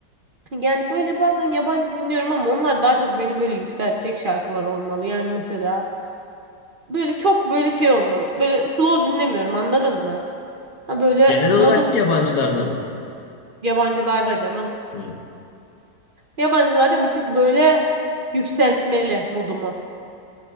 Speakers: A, on the right; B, on the left.
A: Yani böyle bazen yabancı dinliyorum ama onlar daha çok beni böyle yükseltecek şarkılar olmalı. Yani mesela böyle çok böyle şey olmalı. Böyle slow dinlemiyorum anladın mı? Ha böyle
B: Genel olarak
A: modum
B: mı yabancılarda mı?
A: yabancılarda canım.
B: Hmm.
A: Yabancılarda bir tık böyle yükseltmeli modumu.